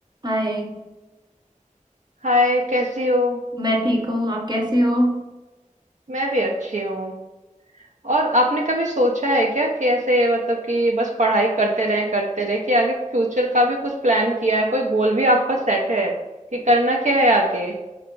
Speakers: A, on the right; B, on the right.
A: हाय
B: हाय कैसी हो
A: मैं ठीक हूँ आप कैसे हो
B: मैं भी अच्छी हूँ और आपने कभी सोचा है क्या कि ऐसे मतलब कि बस पढ़ाई करते रहे करते रहे कि आगे फ्यूचर का भी कुछ प्लान किया है कोई गोल भी आपका सेट है कि करना क्या है आगे